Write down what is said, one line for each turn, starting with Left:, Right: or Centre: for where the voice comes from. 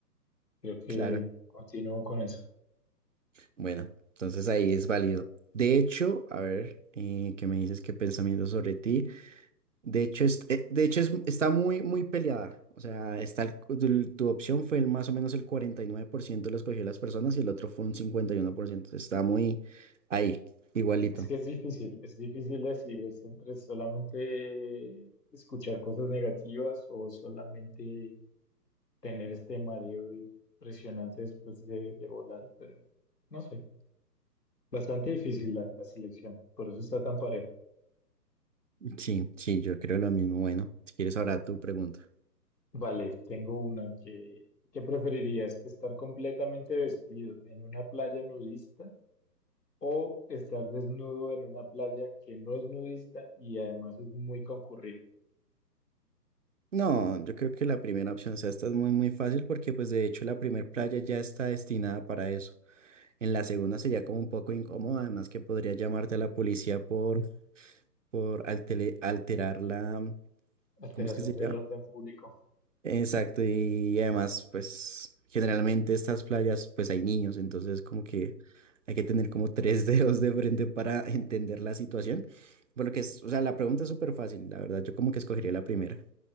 Left: Creo que
Right: Claro.
Left: continúo con eso.
Right: Bueno, entonces ahí es válido. De hecho, a ver, eh, ¿qué me dices? ¿Qué pensamiento sobre ti? De hecho, es- eh, de hecho es- está muy, muy peleada. O sea, está el- tu, tu opción fue el más o menos el 49% lo escogió las personas y el otro fue un cincuenta y uno por ciento Está muy ahí, igualito.
Left: Es que es difícil, es difícil decidir es entre solamente escuchar cosas negativas o solamente tener este mareo impresionante después de, de volar, pero no sé, bastante difícil la, la selección, por eso está tan parejo.
Right: Sí, sí, yo creo lo mismo. Bueno, si quieres ahora tu pregunta.
Left: Vale, tengo una que, ¿qué preferirías? ¿Estar completamente vestido en una playa nudista o estar desnudo en una playa que no es nudista y además es muy concurrida?
Right: No, yo creo que la primera opción, o sea, esta es muy, muy fácil porque pues de hecho la primera playa ya está destinada para eso. En la segunda sería como un poco incómoda, además que podría llamarte a la policía por, por altele- alterar la, mm,
Left: Alteración
Right: ¿cómo es que se
Left: del
Right: llama?
Left: orden público.
Right: Exacto, y además pues generalmente estas playas pues hay niños, entonces como que hay que tener como <laughs> tres dedos de frente para entender la situación. Por lo que es, o sea, la pregunta es súper fácil, la verdad, yo como que escogería la primera.